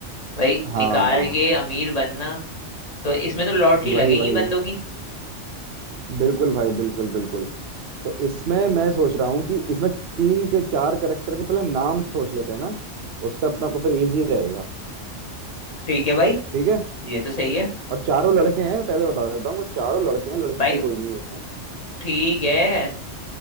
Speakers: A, on the left (about 35°); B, on the right (about 65°).
A: भाई
B: हाँ
A: निकाल के अमीर बनना तो इसमें तो लॉटरी लगेगी
B: वही वही
A: बंदों की
B: बिल्कुल भाई बिल्कुल बिल्कुल तो इसमें मैं सोच रहा हूँ कि इसमें तीन के चार करेक्टर के पहले नाम सोच लेते हैं ना उससे अपना को फिर इजी रहेगा
A: ठीक है भाई
B: ठीक है
A: ये तो सही है
B: और चारों लड़के हैं पहले बता देता हूँ वो चारों लड़के हैं लड़की
A: भाई
B: कोई नहीं है इसमें
A: ठीक है